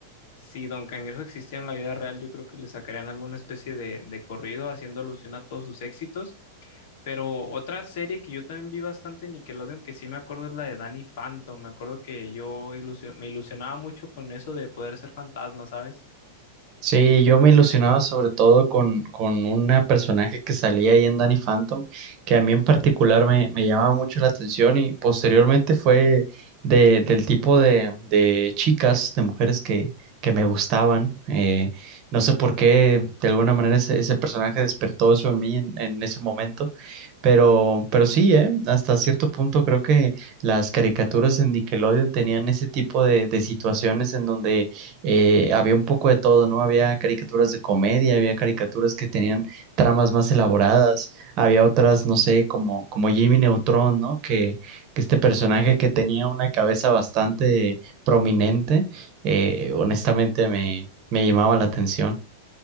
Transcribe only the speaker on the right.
Sí, yo me ilusionaba sobre todo con, con una personaje que salía ahí en Danny Phantom, que a mí en particular me, me llamaba mucho la atención y posteriormente fue de, del tipo de, de chicas, de mujeres que, que me gustaban. Eh, no sé por qué, de alguna manera ese, ese personaje despertó eso en mí en, en ese momento, pero, pero sí, eh, hasta cierto punto creo que las caricaturas en Nickelodeon tenían ese tipo de, de situaciones en donde eh, había un poco de todo, ¿no? Había caricaturas de comedia, había caricaturas que tenían tramas más elaboradas, había otras, no sé, como, como Jimmy Neutron, ¿no? Que, que este personaje que tenía una cabeza bastante prominente, eh, honestamente me, me llamaba la atención.